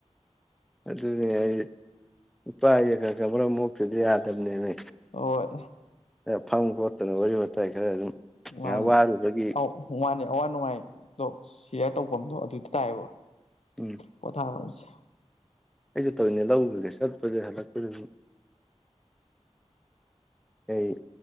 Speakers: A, in the centre; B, on the left.
A: ꯑꯗꯨꯅꯦ ꯑꯩ ꯅꯨꯄꯥꯒ ꯈ ꯀ ꯑꯃꯔꯨꯛ ꯐꯗꯤ ꯌꯥꯗꯕꯅꯦꯅꯦ
B: ꯍꯣꯏ
A: ꯐꯪꯒꯣꯠ꯫ ꯀꯩꯅꯣ ꯋꯥꯔꯤ ꯋꯥꯇꯥꯏ ꯈꯔ ꯑꯗꯨꯝ
B: ꯃꯥꯅꯦ
A: ꯉꯍꯥꯛ ꯋꯥꯔꯨꯕꯒꯤ꯫
B: ꯑꯧ ꯃꯥꯅꯦ ꯑꯋꯥ ꯅꯨꯡꯉꯥꯏꯗꯣ ꯁꯤꯌꯔ ꯇꯧꯐꯝꯗꯣ ꯑꯗꯨꯗ ꯇꯥꯏꯌꯦꯕ꯫
A: ꯎꯝ
B: ꯄꯣꯊꯥꯕꯁꯤ꯫
A: ꯑꯩꯁꯨ ꯇꯧꯔꯤꯅꯦ ꯂꯧꯔꯒꯦ ꯆꯠꯄꯗꯦ ꯍꯂꯛꯄꯗ ꯑꯩ